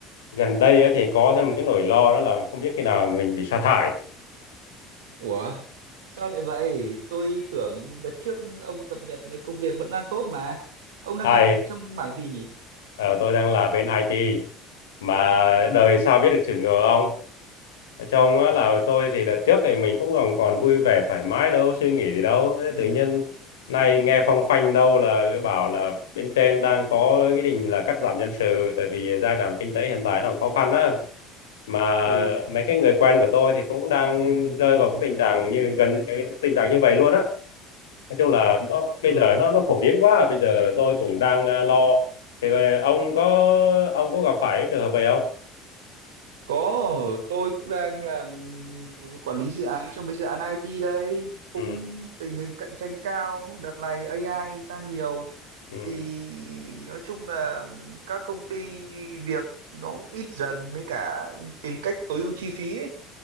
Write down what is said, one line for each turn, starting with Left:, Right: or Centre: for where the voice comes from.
Left: gần đây á thì có thêm một cái nỗi lo đó là không biết khi nào mình bị sa thải.
Right: Ủa, sao lại vậy? Tôi tưởng đợt trước ông cập nhật được công việc vẫn đang tốt mà. Ông đang
Left: Ai,
Right: làm trong mảng gì nhỉ?
Left: ờ, tôi đang là bên IT mà
Right: Ừ,
Left: đời sao biết được chữ ngờ ông? trong á
Right: <laughs>
Left: là tôi thì đợt trước thì mình cũng còn còn vui vẻ thoải mái đâu suy nghĩ gì đâu Thế
Right: ừ,
Left: tự nhiên nay nghe phong phanh đâu là cái bảo là bên trên đang có cái định là cắt giảm nhân sự tại vì giai đoạn kinh tế hiện tại nó cũng khó khăn á mà
Right: ừ,
Left: mấy cái người quen của tôi thì cũng đang rơi vào cái tình trạng như gần cái tình trạng như vậy luôn á nói chung là nó bây
Right: ừ.
Left: giờ nó nó phổ biến quá bây giờ tôi cũng đang à,
Right: ừ.
Left: lo thì ờ, ông có ông có gặp phải cái trường hợp vậy không
Right: Có, tôi cũng đang làm quản lý dự án trong mấy dự án IT đây. Cũng
Left: ừ
Right: tình hình cạnh tranh cao, đợt này AI ra nhiều.
Left: ừ
Right: Thì nói chung là các công ty việc nó ít dần với cả tìm cách tối ưu chi phí ấy